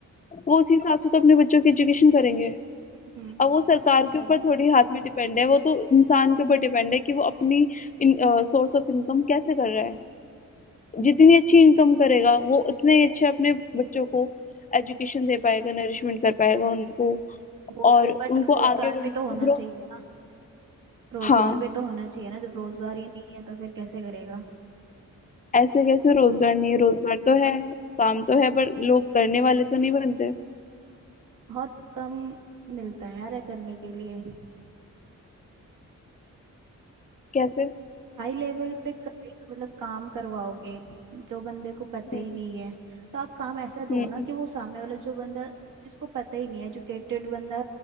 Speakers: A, on the left; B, on the right.
A: वो उसी हिसाब से तो अपने बच्चों की एजुकेशन करेंगे
B: हम्म
A: अब वो सरकार के ऊपर थोड़ी हाथ में डिपेंड है वो तो इंसान के ऊपर डिपेंड है कि वो अपनी सोर्स ऑफ इनकम कैसे कर रहा है जितनी अच्छी इनकम करेगा वो उतने ही अच्छे अपने बच्चों को एजुकेशन दे पाएगा नरिशमेंट कर पाएगा उनको
B: वो
A: और
B: भी है
A: उनको
B: बट रोजगार
A: आगे बढ़
B: भी तो होना चाहिए ना रोजगार
A: हाँ
B: भी तो होना चाहिए ना जब रोजगार ही नहीं है तो फिर कैसे करेगा
A: ऐसे कैसे रोजगार नहीं है रोजगार तो है काम तो है पर लोग करने वाले तो नहीं बनते
B: बहुत कम मिलता है यार करने के लिए
A: कैसे
B: हाई लेवल पे करे- मतलब काम करवाओगे जो बंदे को पता
A: हम्म
B: ही नहीं है तो आप काम ऐसा दो
A: हम्म
B: ना कि वो सामने वाला जो बंदा जिसको पता ही नहीं है एजुकेटेड बंदा